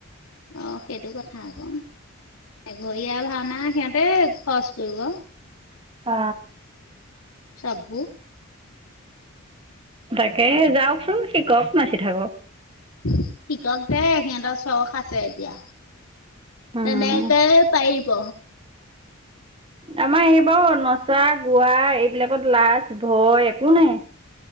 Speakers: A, on the left (about 85°); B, on the right (about 25°).
A: অ, সেইটো কথা আকৌ এঘৰীয়া ভাওনা সিহঁত। এই, খৰচ কৰিব।
B: অ,
A: চাব
B: তাকে যাওঁকচোন শিকক নাচি থাকক।
A: শিকক দে সিহঁতৰ চখ আছে, এতিয়া।
B: উম,
A: তেনেকে পাৰিব।
B: আমাৰ এই বাৰু নচা, গোৱা এইবিলাকত লাজ- ভয় একো নাই।